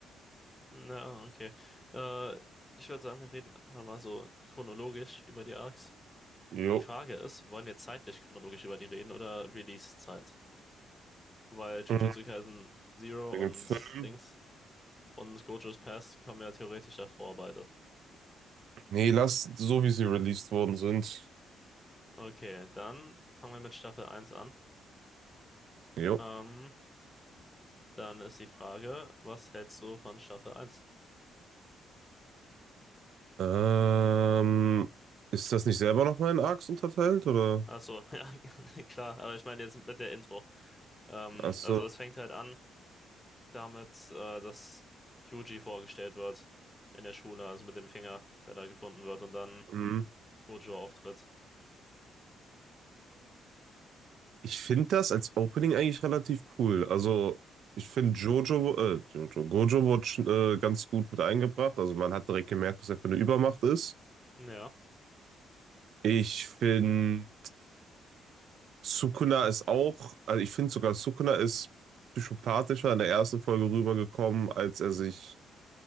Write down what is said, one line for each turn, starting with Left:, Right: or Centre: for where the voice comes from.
Left: Na, okay. Äh, ich würde sagen, wir reden einfach mal so chronologisch über die Arcs.
Right: Jo.
Left: Die Frage ist, wollen wir zeitlich chronologisch über die reden oder Release-Zeit? Weil Jujutsu
Right: Mhm.
Left: Kaisen Zero
Right: Wegen
Left: und
Right: dem Film.
Left: Dings und Gojo's Past kommen ja theoretisch davor beide.
Right: Nee, lass so, wie sie released worden sind.
Left: Okay, dann fangen wir mit Staffel eins an.
Right: Jo.
Left: Ähm, dann ist die Frage, was hältst du von Staffel eins?
Right: Ähm, ist das nicht selber nochmal in Arcs unterteilt, oder?
Left: Achso, <laughs> ja, klar, aber ich meine jetzt mit der Intro. Ähm,
Right: Ach so.
Left: also es fängt halt an. damit, äh, dass Hyuji vorgestellt wird in der Schule, also mit dem Finger, der da gefunden wird und dann
Right: Hm.
Left: Gojo auftritt.
Right: Ich finde das als Opening eigentlich relativ cool. Also, ich finde Jojo, äh, Jojo, Gojo wurde schon, äh, ganz gut mit eingebracht. Also, man hat direkt gemerkt, was er für eine Übermacht ist.
Left: Ja,
Right: Ich finde, Sukuna ist auch, also ich finde sogar, Sukuna ist psychopathischer in der ersten Folge rübergekommen, als er sich